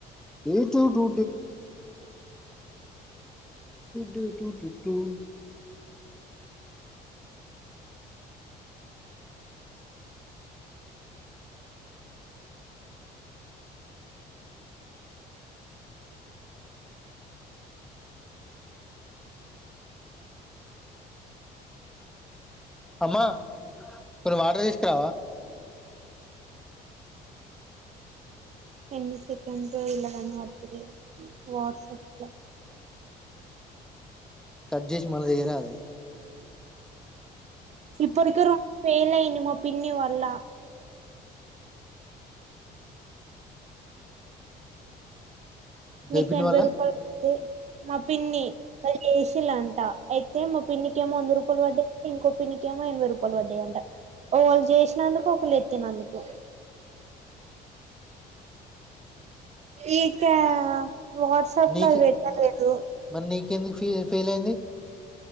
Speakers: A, in the centre; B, on the right (about 40°).
A: డే టుటు డే టుటు టూ <inaudible> అమ్మా కొన్ని వాటర్ తీసుకురావా
B: ఎన్ని సెకండ్సో ఇల్ల కనభడుతలేదు వాట్సప్ ల
A: కట్ జేసి మళ్ళ చేయరాదే
B: ఇప్పుట్కె రొండు ఫెయిల్ అయింది మా పిన్నీ వల్ల మీక్
A: అయిపోయింది
B: ఎనభై
A: మళ్ళా
B: రూపాయల్ తే మా పిన్ని వాళ్ళక్ ఏసిన్లంట అయితే మా పిన్నికేమో వంద రూపాల్ పడ్డయం ఇంకో పిన్నికేమో ఎనభై రూపాల్ పడ్డయంట. ఒకల్ చేసినందుకు ఒకల్ ఎత్తినందుకు ఏ క్యా వాట్సాప్లో
A: నీకి
B: అది పెట్టలేదు.
A: మరి నీకెందుకు ఫీ ఫెయిల్ అయింది.